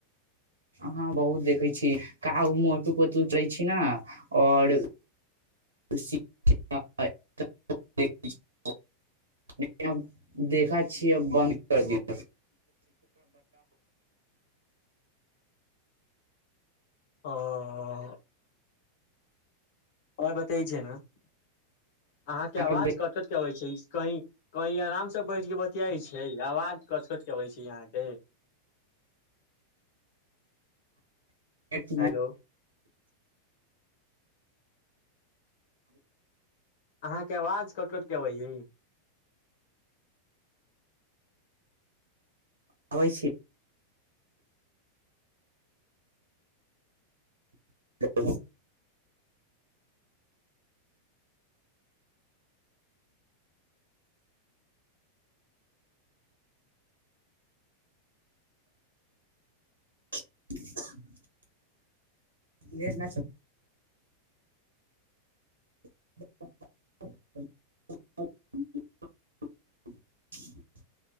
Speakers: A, on the right; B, on the left.
A: हाँ बहुत देखै छी का उ मोटू पोटू उतरै छी ने आओर <unintelligible> देखा छिय बन्द कर दिये
B: ह अर बत छै ने अहाँके
A: अहाँके
B: आवाज कट कट के अबइ छैय कही कही आराम से बैठ के बतियाई छैय आवाज कट कट के अबै छैय यहाँके
A: वेट न
B: हेलो अहाँके आवाज कट कटके अबैय य
A: आबै छी <unintelligible> <inaudible> लेट ना च <inaudible>